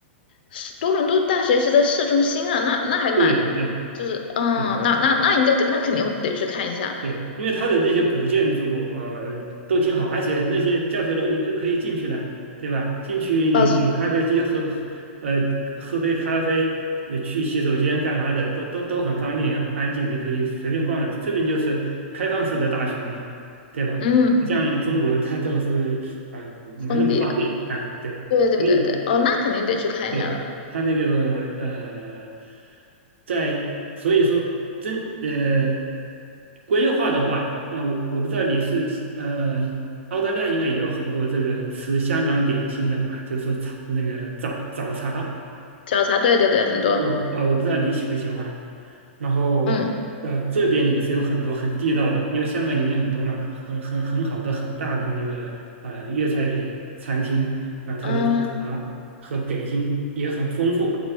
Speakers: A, on the left; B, on the right.
A: 是多伦多大学是在市中心啊，那那还蛮，
B: 对对
A: 就是，嗯，
B: 对。
A: 那那那应该那肯定会得去看一下，
B: 对，因为它的这些古建筑，呃，都挺好，而且那些教学楼你是可以进去的，对吧？进去里面有咖啡机，
A: 呃，
B: 喝，呃，喝杯咖啡，呃去洗手间干嘛的，都都都很方便，也很安静，你可以随便逛的。这边就是开放式的大学嘛，对吧？
A: 嗯，
B: 不像中国它都是，呃，没那么方便啊，
A: 封闭的，
B: 对。
A: 对对对对，
B: 因为。
A: 哦，那肯定得去看一下了。
B: 对，他那个呃，在所以说真呃规划的话，那我我不知道你是呃澳大利亚应该也有很多这个吃香港点心的吧，就是说茶那个早早茶，
A: 早茶，对对对，很多，
B: 我我我不知道你喜不喜欢，然后呃这边也是有很多很地道的，
A: 嗯
B: 因为香港移民很多嘛，很很很好的很大的那个呃粤菜餐厅，那它的早茶和点心也很丰富，
A: 嗯